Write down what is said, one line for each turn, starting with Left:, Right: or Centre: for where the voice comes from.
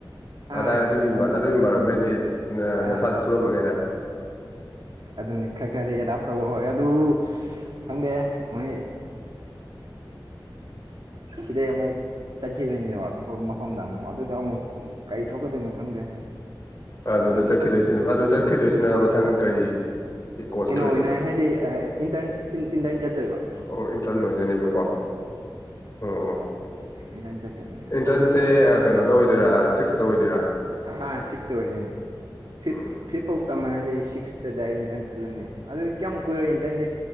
Right: ꯑꯥ
Left: ꯑꯗꯥꯏ ꯑꯗꯨꯒꯤ
Right: ꯑꯗꯣ
Left: ꯑꯗꯨꯒꯤ ꯏꯟꯚꯥꯏꯔꯣꯟꯃꯦꯟꯗꯤ
Right: ꯑꯥ
Left: ꯅꯁꯥꯗ
Right: ꯑꯥ
Left: ꯁꯨꯔꯝꯕꯅꯦꯗ
Right: ꯑꯗꯨꯅꯤ ꯈꯔ ꯈꯔꯗꯤ ꯑꯦꯗꯥꯞ ꯇꯧꯕ ꯍꯧꯔꯦ ꯑꯗꯨ ꯈꯪꯗꯦ ꯃꯣꯏ ꯁꯤꯗꯩ ꯑꯃꯨꯛ ꯆꯠꯈꯤꯗꯣꯏꯅꯤꯗꯕ ꯑꯇꯣꯞꯄ ꯃꯐꯝꯗ ꯑꯃꯨꯛ ꯑꯗꯨꯗ ꯑꯃꯨꯛ ꯀꯔꯤ ꯊꯣꯛꯀꯗꯣꯏꯅꯣ ꯈꯪꯗꯦ
Left: ꯑꯗꯨꯗ
Right: ꯑꯗꯨꯝ
Left: ꯆꯠꯈꯤꯗꯣꯏꯁꯤꯅ ꯑꯗꯨ ꯆꯠꯈꯤꯗꯣꯏꯁꯤꯅ ꯃꯊꯪ ꯀꯔꯤ ꯀꯣꯔꯁꯀꯤ
Right: ꯀꯩꯅꯣ
Left: ꯑꯣꯏꯗꯣꯏꯅꯣ
Right: ꯑꯣꯏꯅ ꯍꯥꯏꯗꯤꯟꯇꯔ ꯏꯟꯇꯔꯟ ꯆꯠꯇꯣꯏꯕ
Left: ꯑꯣ ꯏꯟꯇꯔꯟ ꯑꯣꯏꯗꯣꯏꯅꯦꯕꯀꯣ ꯑꯣ ꯑꯣ
Right: ꯏꯟꯇꯔꯟ ꯆꯠꯇꯣꯏꯅꯦ
Left: ꯑꯦꯟꯇ꯭ꯔꯟꯁꯁꯦ
Right: ꯑꯗꯨ ꯈꯪꯗꯦ
Left: ꯀꯩꯅꯣꯗ ꯑꯣꯏꯗꯣꯏꯔꯥ ꯁꯤꯛꯁꯇ ꯑꯣꯏꯗꯣꯏꯔꯥ
Right: ꯑ ꯁꯤꯛꯁꯇ ꯑꯣꯏꯗꯣꯏꯅꯤ ꯐꯤꯞ
Left: ꯎꯝ
Right: ꯐꯤꯞ ꯐꯥꯎ ꯇꯝꯃꯅꯗꯤ ꯑꯩ ꯁꯤꯛꯁꯇ ꯗꯥꯏꯔꯦꯛ ꯏꯟꯇꯔꯟ ꯆꯠꯂꯅꯤ ꯑꯗꯨ ꯌꯥꯝ ꯀꯨꯏꯔꯣꯏ ꯏꯟꯇꯔꯟꯗꯤ